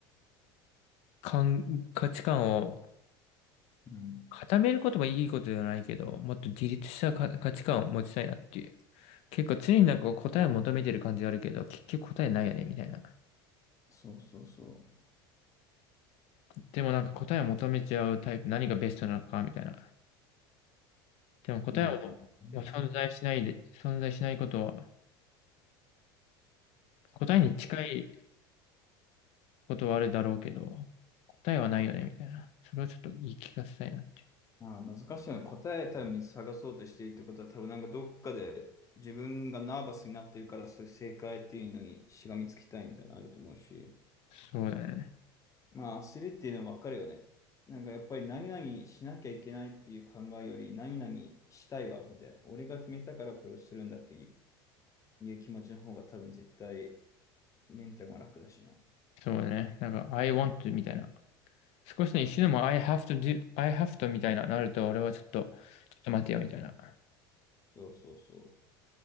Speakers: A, on the left (about 55°); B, on the left (about 25°).
A: 感価値観を
B: うん。
A: 固めることもいいことじゃないけど、もっと自立したか価値観を持ちたいなっていう。結構常になんか答えを求めてる感じがあるけど、結局答えないよね、みたいな。
B: そうそうそ
A: でもなんか答えを求めちゃうタイプ、何がベストなのか、みたいな。でも答えはもうもう存在しないで、
B: う。まあ、うん
A: 存在しないことは、答えに近いことはあるだろうけど、答えはないよね、みたいな。それをちょっと言い聞かせたいなっていう。
B: まあ、難しいの。答え多分見つ探そうとしているってことは、多分なんかどっかで自分がナーバスになってるから、そういう正解っていうのにしがみつきたいみたいなのあると思うし。
A: そうだよね。
B: まあ、焦るっていうのはわかるよね。なんかやっぱり何々しなきゃいけないっていう考えより、何々したいわ、みたいな。俺が決めたからこれをするんだっていう気持ちの方が多分絶対メンタルが楽だしね。
A: そうだね。なんか、I want to みたいな。少しね、一瞬でも I have to do, I have to みたいななると、俺はちょっと、ちょっと待てよ、みたいな。
B: そうそうそ